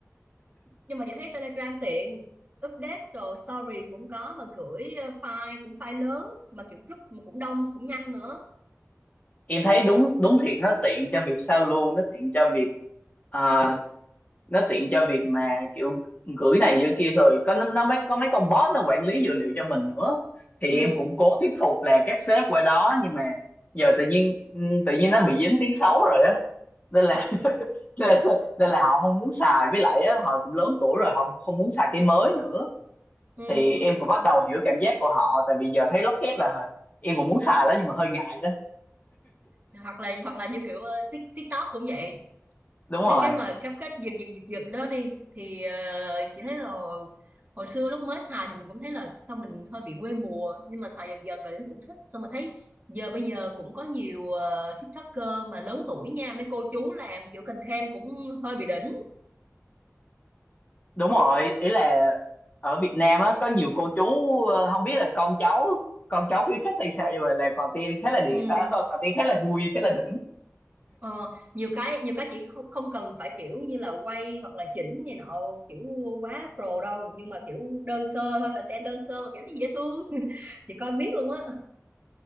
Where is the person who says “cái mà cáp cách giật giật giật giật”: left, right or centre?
Right